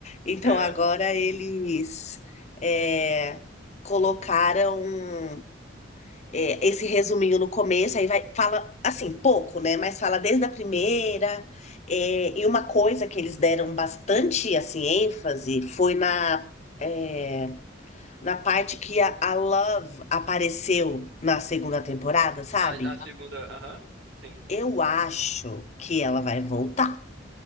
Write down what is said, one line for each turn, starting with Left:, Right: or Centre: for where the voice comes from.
Left: então
Right: É,
Left: agora eles é, colocaram é, esse resuminho no começo, aí vai, fala assim, pouco, né? Mas fala desde a primeira. é, e uma coisa que eles deram bastante assim, ênfase foi na, é, na parte que a, a Love apareceu na segunda temporada, sabe?
Right: a, a segunda, aham. Sim.
Left: Eu acho que ela vai voltar.